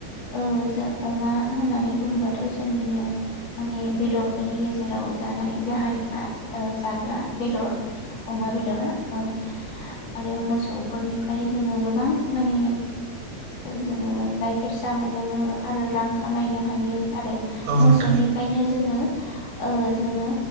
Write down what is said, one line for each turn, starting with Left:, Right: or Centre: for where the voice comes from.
Left: ओ जो अमा होननानै बुङोबाथ' जोंनिनो माने बेदरफोरनि गेजेराव जों। जानाय गाहाय ओ जाग्रा बेदर अमा बेदरा ओ। आरो मोसौफोरनिफ्राय जोङो गोबां माने जोङो ओ गाइखेर सा। मोनलोङो आरो रां खामायनो हायो आरो
Right: औ
Left: मोसौनिफ्रायनो
Right: नोंथां औ औ
Left: जोङो। ओ जोङो